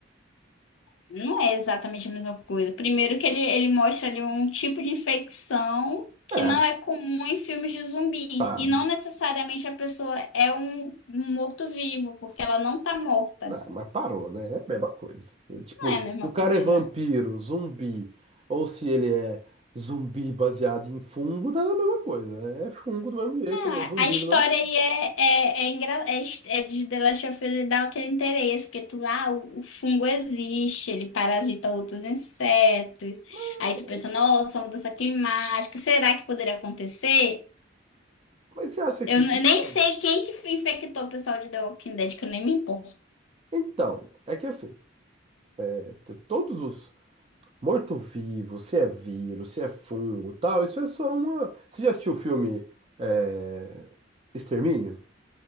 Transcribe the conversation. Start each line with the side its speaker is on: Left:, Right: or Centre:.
Left: Não é exatamente a mesma coisa. Primeiro que ele, ele mostra ali um tipo de infecção que
Right: É,
Left: não é comum em filmes de zumbis.
Right: tá.
Left: E não necessariamente a pessoa é um, um morto-vivo, porque ela não tá morta.
Right: Não, mas parou, né? É a mesma coisa. É, Tipo,
Left: Não é a mesma
Right: se o cara
Left: coisa.
Right: é vampiro, zumbi, ou se ele é zumbi baseado em fungo, dá a mesma coisa. É fungo do mesmo jeito, é
Left: Ah,
Right: zumbi
Left: A história
Right: do mesmo jeito.
Left: aí é, é, é, engra- é, his- é de The Last of Us ele aquele interesse, porque tu, ah, o, o fungo existe, ele parasita outros insetos.
Right: É,
Left: Aí tu pensa, nossa, mudança climática, será que poderia acontecer?
Right: Mas você acha
Left: Eu,
Right: que
Left: n-
Right: isso?
Left: eu nem sei quem que infectou o pessoal de The Walking Dead, que eu nem me importo.
Right: Então, é que assim, é, t- todos os morto-vivos, se é vírus, se é fungo, tal, isso é só uma. Você já assistiu o filme é, Extermínio?